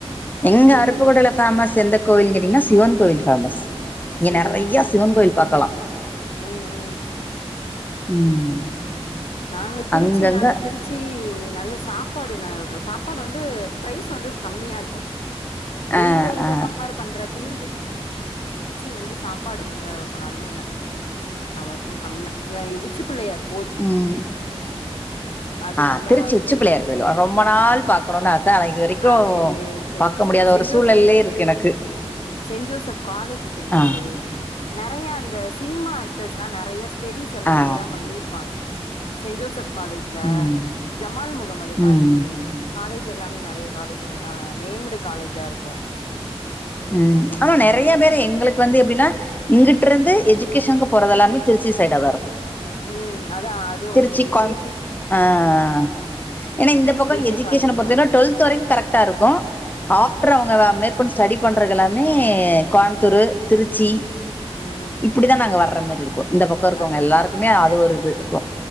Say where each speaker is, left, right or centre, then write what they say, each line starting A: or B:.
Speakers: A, on the left (about 65°); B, on the left (about 15°).
A: அடுத்தது
B: எங்க அருப்புக்கோட்டையில
A: இது,
B: ஃபேமஸ் எந்த கோவில் கேட்டீங்கன்னா சிவன் கோவில் ஃபேமஸ் இங்க
A: சிவன்
B: நெறைய
A: கோயில்
B: சிவன் பாக்கலா
A: ம் ம்
B: ம்
A: நாங்க திருச்சினால
B: அங்கங்க
A: திருச் ச்சி நல்ல சாப்பாடு ந சாப்பாடு வந்து ப்ரைஸ் வந்து கம்மியாயிருக்கூ
B: ஆ
A: எந்த ஊர
B: ஆ
A: கம்பேர் பண்றப்பையூ திரு திரூச்சி வந்து சாப்பாடுங்க எஙக போனாலுமே ந ல்லாருக்கூ கம்மியா ய உச்சி புள்ளையார்
B: ம்
A: அது
B: அ
A: நல்லா
B: திருச்சி உச்சி
A: ஃபேமஸு
B: புள்ளையார் கோயில் ரொம்ப நாள்
A: ஆ
B: பாக் குணுன் ஆச ஆனா இதுவரைக்கூ
A: அது ஃபேமஸு
B: பாக்க முடியாத
A: சென்ட்
B: ஒரு சூழல்லே
A: ஜோசப்
B: இருக்கு எனக்கு
A: சென்ட் ஜோசப் காலேஜி ஃபேமஸு
B: ஆ
A: நெறய அந்த சினிமா ஆக்டர்ஸ்ல்லா நெறய ஸ்டடிஸ் எல்லா
B: ஆ
A: இங்கதா பண்ணிருப்பாங்க செயின்ட் ஜோசப் காலேஜ்ல
B: ம்
A: ஜமால் முகமது காலேஜ்
B: ம்
A: காலேஜ் எல்லாமே ந நெறைய காலேஜுங்க எல்லா நேம்டு காலேஜா இருக்கும்
B: ம் ஆமா நெறைய பேரு எங்களுக்கு வந்து எப்டினா இங்குட்டுருந்து எஜிகேஷனுக்கு போறது எல்லாமே திருச்சி சைடா தா இருக்கும்
A: ம் அதா அது
B: திருச்சி
A: ஒண்ணு இங்க
B: கோயம்
A: ஜே ஜே
B: அ அ அ ஏன்னா இந்த பக்கம்
A: ஜே ஜே
B: எஜிகேஷன
A: காலேஜ்ன்னு
B: பொருத்த
A: ஒண்ணு
B: வர டுவெல்த்து வரைக்கும் கரெக்டா இருக்கும் ஆஃப்டர்
A: அ
B: அவுங்க மேற்கொண்டு படிப் பண்றது எல்லாமே கோயம்புத்தூரு திருச்சி
A: ம்
B: இப்படிதா நாங்க வர்ற மாரி இருக்கும் இந்த பக்கம் இருக்கவுங்க
A: அதா
B: எல்லாருக்குமே
A: அதா
B: அது ஒரு இது இருக்கும்